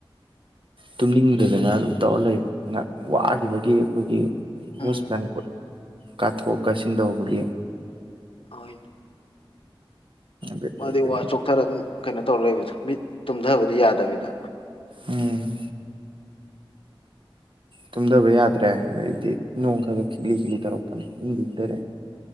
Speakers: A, on the right; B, on the left.
A: ꯇꯨꯝꯅꯤꯡꯗꯗꯅ ꯑꯗꯨꯝ ꯇꯧꯔ ꯂꯩꯕ ꯉ ꯋꯥꯈꯤꯕꯒꯤ ꯑꯩꯈꯣꯏꯒꯤ ꯍꯣꯁꯄꯤꯇꯥꯜ
B: ꯎꯝ
A: ꯀꯥꯊꯣꯛ ꯀꯥꯁꯤꯟ ꯇꯧꯕꯒꯤ
B: ꯑꯣꯏ
A: ꯕꯤꯠ
B: ꯃꯥꯗꯤꯩ
A: ꯂꯩꯇꯗꯅ
B: ꯋꯥ ꯆꯣꯛꯊꯔ ꯑꯗꯨꯝ ꯀꯩꯅꯣ ꯇꯧꯔ ꯂꯩꯕꯗꯣ ꯃꯤꯠ ꯇꯨꯝꯊꯕꯗꯤ ꯌꯥꯗꯕꯤꯗ
A: ꯎꯝ ꯇꯨꯝꯊꯕ ꯌꯥꯗ꯭ꯔꯦ ꯍꯥꯏꯗꯤ ꯅꯣꯡ ꯈꯒ ꯈꯤꯛꯂꯤ ꯈꯤꯛꯂꯤ ꯇꯧꯔꯛꯄꯅꯦ ꯌꯨꯝꯗꯤꯗꯔꯑꯦ